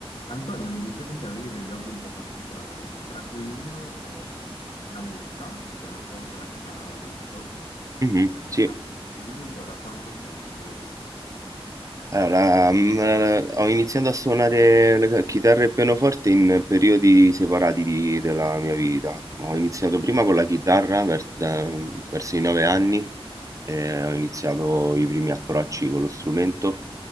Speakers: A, on the left; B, on the right.
A: Antonio, mi dicevi che avevi degli hobby un po' particolari, tra cui uno è la musica, il pianoforte e la chitarra, giusto?
B: Mh-mh, sì.
A: Ma dimmi un po' da quanto suoni più o meno.
B: Allora, la mhmm, ehm, ho iniziato a suonare la c chitarra e pianoforte in periodi separati di della mia vita. Ho iniziato prima con la chitarra per da mhmm, verso i 9 anni e ho iniziato i primi approcci con lo strumento